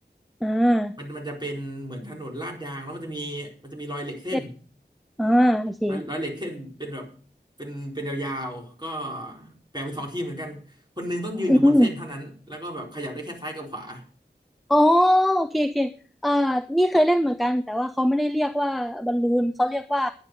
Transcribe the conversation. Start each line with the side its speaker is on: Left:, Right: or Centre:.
Centre: อ่า
Right: มันมันจะเป็นเหมือนถนนลาดยางแล้วมันจะมีมันจะมีรอยเหล็กเส้น
Centre: เล่นอ่าโอเค
Right: รอยรอยเหล็กเส้นเป็นแบบเป็นเป็นยาวๆก็แบ่งเป็นสองทีมเหมือนกันคนหนึงต้องยืนอยู่บนเส้นเท่านั้นแล้วก็แบบขยับได้แค่ซ้ายกับขวา
Centre: อืม อ๋อโอเคโอเคอ่านี่เคยเล่นเหมือนกันแต่ว่าเขาไม่ได้เรียกว่าบอลลูนเขาเรียกว่า